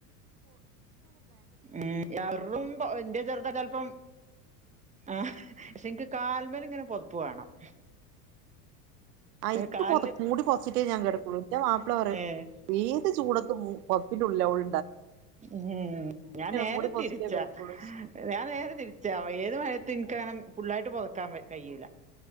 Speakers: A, on the right (about 15°); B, on the right (about 75°).
A: ഉം.. ന്റെ ചെറുതക്കേ ചെലപ്പം ആഹ്.. പക്ഷെ ന്ക് കാല് ലുമ്മലിങ്ങനെ പൊതപ്പ് വേണം <inaudible>
B: അയ്ക്ക്
A: കാലില്
B: പൊതപ്പ് മൂടിപ്പോതച്ചിട്ടേ ഞാൻ കേടക്കോള്ളു ന്റെ മാപ്ല പറിയും
A: ഏഹ്
B: ഏത് ചൂടത്തും മു പൊതപ്പിന്റെ ഉള്ളില ഓൾ
A: ഏ.. ഞാൻ നേരെ
B: മൂടി പൊതച്ചിട്ടേ
A: തിരിച്ച
B: കിടക്കുള്ളൂ
A: ഞാൻ നേരെ
B: ആഹ്
A: തിരിച്ച ഏത് മയതും ന്ക് ന്ക് അങ്ങനെ ഫുള്ളായിട്ട് പൊതക്കാൻ കഴിയില്ല